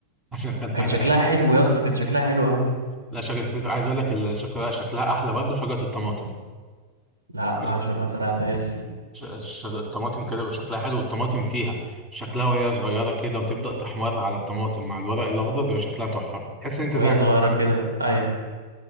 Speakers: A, on the right; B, on the right.
A: عشان كان حراق
B: كان شكلها حلو يا اسطى كان شكلها حلو قوي
A: لا شجرة الفلفل عايز اقول لك ال- شكلها شكلها احلى برضه شجرة الطماطم
B: لا
A: لازم.
B: ما عش- ما زرعتهاش دي
A: ش- ش- الطماطم كده بيبقى شكلها حلو والطماطم فيها شكلها وهي صغيرة كده وتبدأ تحمر على الطماطم مع الورق الأخضر بيبقى شكلها تحفة تحس إن أنت
B: وهي
A: زرع تفاح
B: صغيره كده ايوه